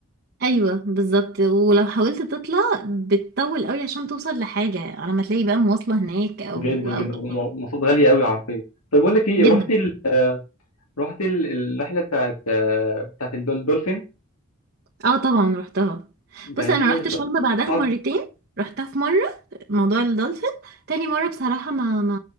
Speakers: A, on the right; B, on the left.
A: ايوه بالظبط ولو حاولت تطلع بتطول قوي عشان توصل لحاجه على ما تلاقي بقى مواصله هناك او
B: جدا جدا
A: او كده
B: ومواصلات غاليه قوي حرفيا طب بقول لك ايه
A: جدا
B: رحت ال... رحت ال... الرحله بتاعت آه، بتاعت الدول- الدولفين
A: اه طبعا رحتها
B: جميله
A: بص انا رحت
B: بس-
A: شرم بعدها
B: تعرف-
A: مرتين رحتها في مره موضوع الدولفين تاني مره بصراحه ما ما